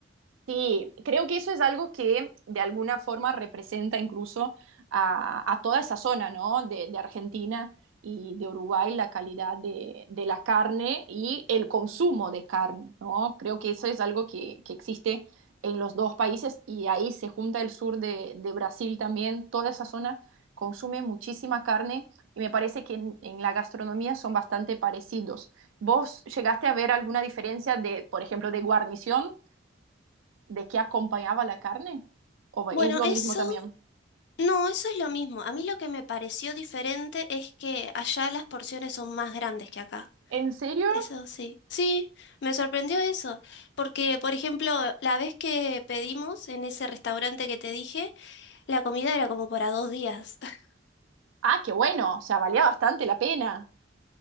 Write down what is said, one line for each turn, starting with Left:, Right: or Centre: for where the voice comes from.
Right: Sí, creo que eso es algo que de alguna forma representa incluso a, a toda esa zona, ¿no? De, de Argentina y de Uruguay, la calidad de, de la carne y el consumo de carne, ¿no? Creo que eso es algo que, que existe en los dos países y ahí se junta el sur de, de Brasil también, toda esa zona consume muchísima carne y me parece que en, en la gastronomía son bastante parecidos. ¿Vos llegaste a ver alguna diferencia de, por ejemplo, de guarnición? de qué acompañaba la carne? ¿O
Left: Bueno,
Right: es lo
Left: eso,
Right: mismo también?
Left: no, eso es lo mismo. A mí lo que me pareció diferente es que allá las porciones son más grandes que acá.
Right: ¿En serio?
Left: Eso sí. Sí, me sorprendió eso. Porque, por ejemplo, la vez que pedimos en ese restaurante que te dije, la comida era como para dos días. <laughs>
Right: Ah, qué bueno, o sea, valía bastante la pena.